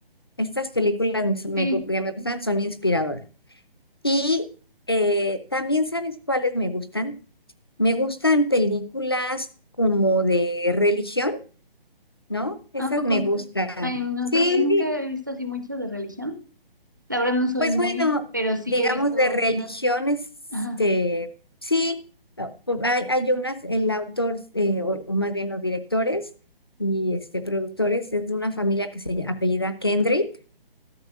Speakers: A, on the left; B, on the right.
A: Estas películas me
B: sí,
A: gu- que me gustan son inspiradoras. Y eh, también sabes cuáles me gustan, me gustan películas como de religión, ¿no? Esas
B: ¿a poco?
A: me gustan.
B: Ay, no,
A: Sí,
B: creo que nunca he visto así mucho de religión. La verdad no soy
A: pues
B: muy,
A: bueno,
B: pero sí
A: digamos
B: he visto.
A: de religión,
B: na-
A: este,
B: Ajá,
A: sí, ah, pu- hay, hay unas, el autor, eh, o, o más bien los directores y este, productores es de una familia que se lla- apellida Kendrick.